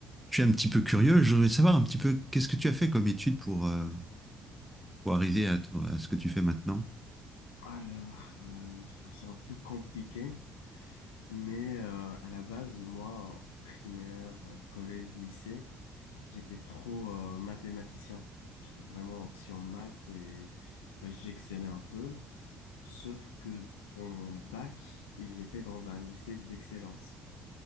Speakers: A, in the centre; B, on the left.
A: Je suis un petit peu curieux. Je voudrais savoir un petit peu qu'est-ce que tu as fait comme étude pour, euh, pour arriver à, to- à ce que tu fais maintenant.
B: Alors, euh, enfin, c'est un peu compliqué, mais euh, à la base, moi, primaire, collège, lycée, j'étais trop euh, mathématicien. J'étais vraiment option maths et bah, j'excellais un peu. Sauf que dans mon bac, j'étais dans un lycée d'excellence.